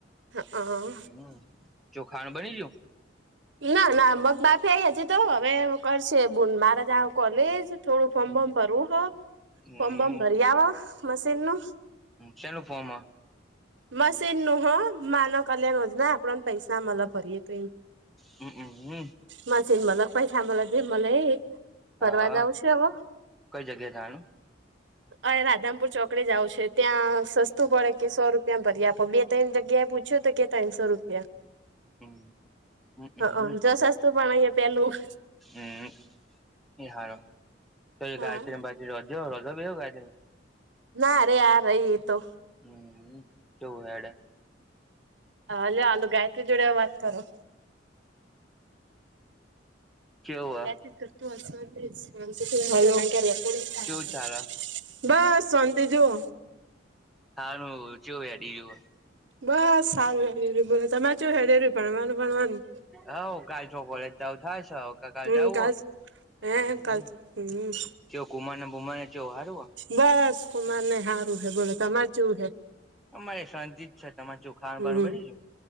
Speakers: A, on the right (about 70°); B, in the centre.
A: હ
B: હમ ચોખાનું બની જ્યું.
A: ના ના મગ બાફી આઈ હજી તો હવે કરશે બુન માર જાવુ કોલેજ. થોડું ફોર્મ
B: હમ
A: બોર્મ ભરવું હ
B: હમ
A: ફોર્મ બોમ ભર્યા હ મશીન નું.
B: હ શેનું ફોમ હ.
A: મશીન નું હ માનવ કલ્યાણ યોજના આપણાંન પૈસા મલ ભરીએ તો એ.
B: હમક હમ.
A: મશીન મલ પૈસા મલ જે મલ એ ભરવા
B: હા
A: જાઉં છે હવ.
B: કઈ જગ્યા જાનું
A: ઓય રાધનપુર ચોકડીે જાવ છે ત્યાં સસ્તું પડે કે સો રૂપ તેમ ભરી આપ બે તૈન જગ્યાએ પૂછ્યું તો કે તૈનશો રૂપિયા.
B: હમ હમ
A: હક જો સસ્તું પણ ઈય પેલું.
B: હમ એ સારૂ તોયે
A: હા
B: ગાયત્રીન બાજુ રોધજો રોધવા બેહો ગાયત્રી.
A: ના અરે આ રહી એ તો.
B: હમ ચેવું હેડે.
A: હ હ લ્યો આલુ ગાયત્રી જોડે વાત કરો.
B: કેવું
A: ક્યાંથી
B: હ
A: થતું હશે જ. <unintelligible>
B: કેવું ચાલે
A: <unintelligible> બસ શોન્તી જોવો.
B: ખાવાનું ચેવું હેડી રયુ હ.
A: બસ સારું હેરેરું બોલો તમારે ચેવું હેરેર્યું ભણવાનું ભણવાનું.
B: હવ ગાયજો કોલેજ ચાલુ થાય સ. કકા
A: હમ
B: જાવ
A: કાલ હે
B: હમ
A: કાલ હમ
B: ચવ કુમાને બુમાને ચવ હારવો
A: બસ કુમારને હારું હૈ બોલો ત માચું હૈ.
B: હ અમારે શાંતિ જ છે તમારે ચેવું ખાવાનું
A: હમ
B: બાનું બની ગયું